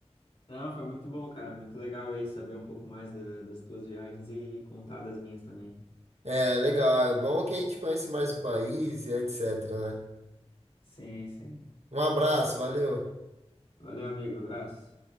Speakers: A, on the left; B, on the right.
A: Não, foi muito bom, cara, muito legal aí saber um pouco mais da- das tuas viagens e contar das minhas também.
B: É, legal. É bom que a gente conhece mais o país e etc, né?
A: Sim, sim.
B: Um abraço, valeu.
A: Valeu, amigo, abraço.